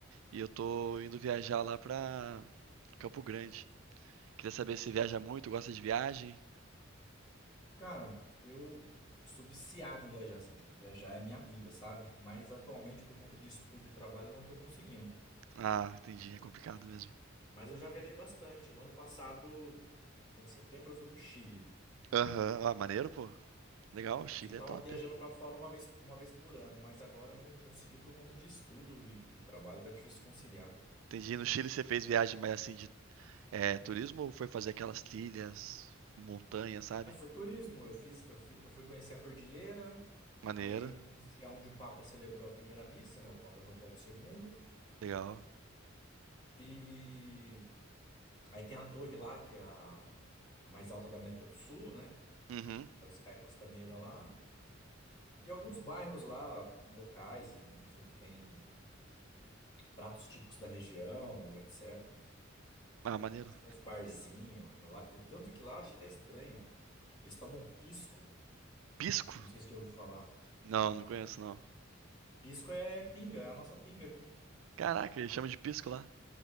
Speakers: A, on the right (about 80°); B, on the left (about 25°).
A: e eu tô indo viajar lá pra Campo Grande. Queria saber se viaja muito, gosta de viagem.
B: Cara, eu, eu sou viciado em viajar, assim, tipo, viajar é minha vida, sabe? Mas atualmente, por conta de estudo e trabalho, eu não tô conseguindo.
A: Ah, entendi, é complicado mesmo.
B: Mas eu já viajei bastante. O ano passado, foi em setembro, eu fui pro Chile.
A: Aham, Ah, maneiro, pô. Legal, o Chile
B: E Eu tava
A: é top.
B: viajando pra fora uma vez, uma vez por ano, mas agora eu não consegui por conta de estudo e, e trabalho, tá difícil conciliar.
A: Entendi, no Chile você fez viagem mais assim de é, turismo ou foi fazer aquelas trilhas, montanha, sabe?
B: É, foi turismo. Eu fiz, eu fi- eu fui conhecer a Cordilheira,
A: Maneiro,
B: aí eu conheci aonde o Papa celebrou a primeira missa, né? O Papa João Paulo II.
A: legal.
B: E aí tem a torre lá, que é a, a mais alta da América do Sul, né?
A: Uhum.
B: Que é o Sky Costaneira lá. E alguns bairros lá, locais, enfim, que tem pratos típicos da região, etc.
A: Ah, maneiro.
B: Eu fui nos barzinhos, lá, o tanto que lá eu achei até estranho. Eles tomam pisco,
A: Pisco?
B: não sei se você já ouviu falar.
A: Não, não conheço não.
B: Pisco é pinga, é a nossa pinga aqui.
A: Caraca, ele chama de pisco lá.